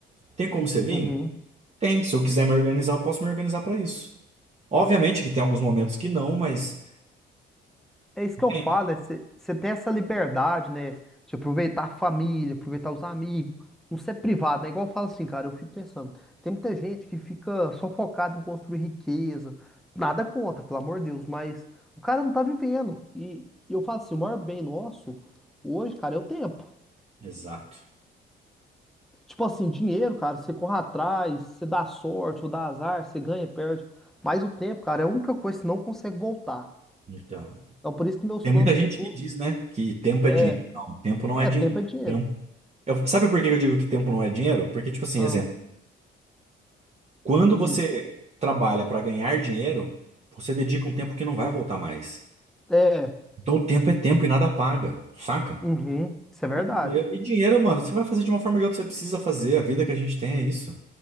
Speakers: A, on the right; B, in the centre.
A: Tem como você vir?
B: Uhum.
A: Tem. Se eu quiser me organizar, eu posso me organizar para isso. Obviamente que tem alguns momentos que não, mas
B: É isso que
A: entende?
B: eu falo, né? Você tem essa liberdade, né? De aproveitar a família, aproveitar os amigos, não ser privado, né? Igual eu falo assim, cara, eu fico pensando, tem muita gente que fica só focada em construir riqueza, nada contra, pelo amor de Deus, mas o cara não tá vivendo. E, e eu falo assim, o maior bem nosso hoje, cara, é o tempo.
A: Exato.
B: Tipo assim, dinheiro, cara, você corre atrás, você dá sorte ou dá azar, você ganha, perde. Mas o tempo, cara, é a única coisa que você não consegue voltar.
A: Então,
B: Então por isso que meus
A: tem
B: planos
A: muita
B: futuros
A: gente que diz, né, que tempo
B: é,
A: é dinheiro. Não, tempo não
B: é
A: é dinheiro.
B: tempo é dinheiro.
A: Tempo... Eu- sabe por que eu digo que tempo não é dinheiro? Porque, tipo assim,
B: Ah,
A: exemplo. Quando
B: hum,
A: você trabalha para ganhar dinheiro, você dedica um tempo que não vai voltar mais.
B: é,
A: Então o tempo é tempo e nada paga, saca?
B: Uhum, isso é verdade.
A: E dinheiro, e dinheiro, mano, você vai fazer de uma forma ou de outra, você precisa fazer. A vida que a gente tem é isso.